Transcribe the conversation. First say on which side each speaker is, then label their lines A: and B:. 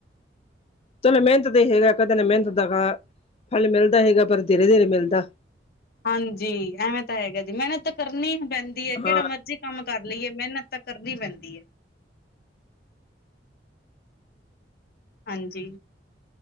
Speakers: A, on the left; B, on the left.
A: ਚਲੋ ਮਿਹਨਤ ਦਾ ਹੀ ਹੈਗਾ, ਕਦੇ ਨਾ ਮਿਹਨਤ ਦਾ ਫਲ ਮਿਲਦਾ ਹੈਗਾ ਪਰ ਧੀਰੇ-ਧੀਰੇ ਮਿਲਦਾ।
B: ਹਾਂਜੀ ਐਵੇਂ ਤਾਂ ਹੈਗਾ ਜੀ ਮੈਹਨਤ ਤਾਂ ਕਰਨੀ ਈ ਪੈਂਦੀ ਐ, ਕੈੜਾ
A: ਹਾਂ
B: ਮਰਜੀ ਕਾੰਮ ਕਾਰ ਲਈਏ, ਮੈਹਨਤ ਤਾਂ ਕਰਨੀ ਪੈਂਦੀ ਐ। ਹਾਂਜੀ,